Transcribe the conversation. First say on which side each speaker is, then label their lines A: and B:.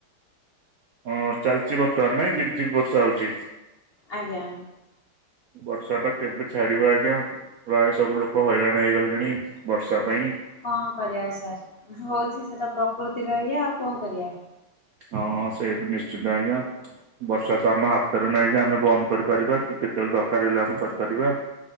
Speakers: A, on the right; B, on the left.
A: ହଁ ଚାଲିଚି ବର୍ତ୍ତମାନ ନାଇଁ ଝିପି ଝିପି ବର୍ଷା ହଉଛି।
B: ଆଜ୍ଞା।
A: ବର୍ଷା ଟା କେବେ ଛାଡିବ ଆଜ୍ଞା? ପ୍ରାୟ ସବୁ ଲୋକ ହଇରାଣ ହେଇଗଲେଣି ବର୍ଷା ପାଇଁ।
B: କଣ କରିବା ସାର୍ ହଉଛି ସେଟା ପ୍ରକୃତିର ଇଏ ଆଉ କଣ କରିବା?
A: ହଁ ସେଇଟା ନିଶ୍ଚିତ ଆଜ୍ଞା। ବର୍ଷା ତ ଆମ ହାତରେ ନାହିଁ ଯେ ଆମେ ବନ୍ଦ କରିପାରିବା କି କେତେବେଳେ ଦରକାର ହେଲେ ଆମେ କରିପାରିବା।